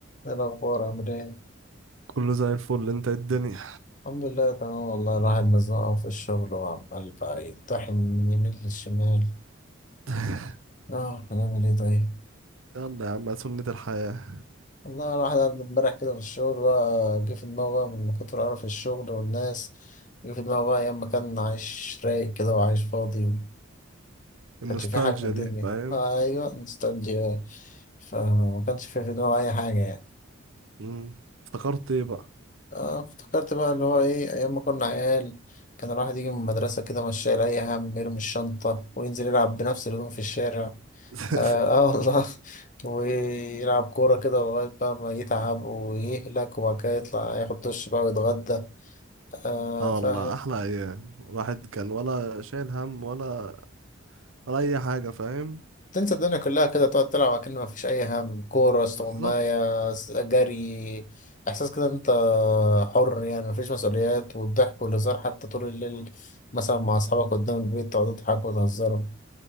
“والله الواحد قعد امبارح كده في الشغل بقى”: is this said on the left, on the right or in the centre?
Left